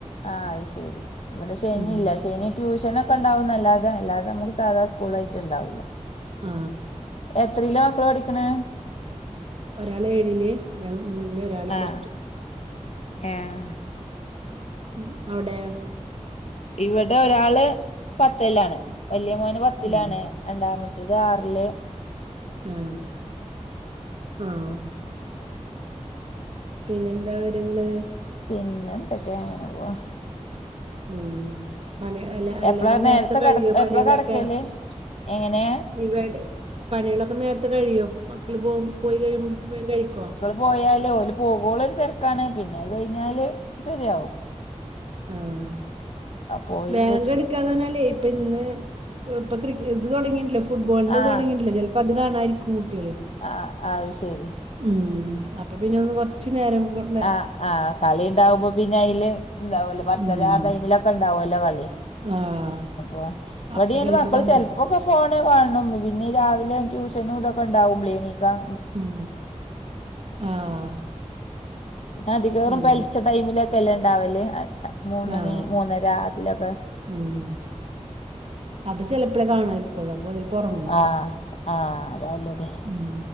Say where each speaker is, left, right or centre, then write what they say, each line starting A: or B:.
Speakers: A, on the left; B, on the right.
A: ആ അത് ശരി. ഇവിടെ ശനില്ല
B: ഉം
A: ശനി ട്യൂഷന ഒക്കെ ഉണ്ടാവുന്നല്ലാതെ അല്ലാതെ നമുക്ക് സാധാ സ്കൂള് ആയിട്ട് ഉണ്ടാവൂല്ല
B: ആ
A: എത്രല്ല മക്കള് പഠിക്കണേ
B: ഒരാള് ഏഴില് ഒരാള് മൂന്നില് ഒരാള് പ്ലസ്
A: ആഹ്
B: ടു
A: ഏഹ്
B: ഉം അവടെ
A: ഇവടെ ഒരാള് പത്തെല്ലാണ് വെല്യ മോന് പത്തിലാണ്
B: ഉം
A: രണ്ടാമത്തത് ആറ്ല്
B: ഉം ആഹ് പിന്നെന്താ വിവരങ്ങള്
A: പിന്നെ എന്തൊക്കെ അങ്ങനെ പോണ്
B: ഉം പണി അല്ല അല്ല
A: എപ്പളാ നേരത്തെ
B: നേരത്ത് കഴിയോ
A: കട എപ്പളാ
B: പണികളൊക്കെ
A: കടക്കല് എങ്ങനെ
B: ഇവിടെ പണികളൊക്കെ നേരത്തെ കഴിയോ മക്കള് പോക പോയി കഴിയുമ്പോഴത്തിന്. കഴിക്കോ
A: പോയാലേ ഓല് പോകുള്ള ഒരു തിരക്കാണ് പിന്നെ അത് കഴിഞ്ഞാല് ശരിയാവും.
B: ആഹ്
A: പോയി
B: ബേങ്കെട്
A: കിട്ടും
B: കന്നന്നാലെ ഇപ്പൊ ഇന്ന് ഇപ്പൊ പ്പ ക്രി ഇത് തുടങ്ങിയല്ലോ ഫുട്ബോളിൻ്റെ
A: ആഹ്
B: തുടങ്ങിയിട്ടല്ലോ ചില പ തു കാണാഇരിക്കും കുട്ടികള്
A: ആഹ് അഹ്ശരി
B: ഉം അപ്പൊ പിന്നെ ഒന്ന് കൊറച്ചു നേരം കൊട്
A: ആഹ് ആഹ് കളി ഉണ്ടാവുമ്പോ പിന്നെ അയില് ഉണ്ടാവല്ലോ പത്തരാ
B: ഉം
A: ടൈമിലൊക്കെ ഇണ്ടാവാെല്ലോ കളി
B: ആഹ്
A: അപ്പൊ വെർദേങ്കിലും
B: അപ്പൊ ചെലപ്പോ
A: മക്കള്
B: പന്ത്രണ്ട്
A: ചെൽപ്പോ ഇപ്പൊ ഫോണ് കാണും പിന്നെ രാവിലെ ട്യൂഷനും ഇതൊക്കെണ്ടാവുബളോയ് എണീക്കാം
B: ഉം ആഹ്
A: പിന്നെ അധികേറും
B: ആഹ്
A: പെലച്ച ടൈമിലൊക്കെ എല്ലാ ഉണ്ടാവല് മൂന്നണി
B: ആഹ്
A: മൂന്നര അതിലൊക്കെ
B: ഉം അത് ചെലപ്പോഴേ കാണമായിരിക്കുള്ളൂ അപ്പൊ ചിലപ്പോ ഉറങ്ങും.
A: ആഹ് ആഹ് അതനല്ലതെ.
B: ഉം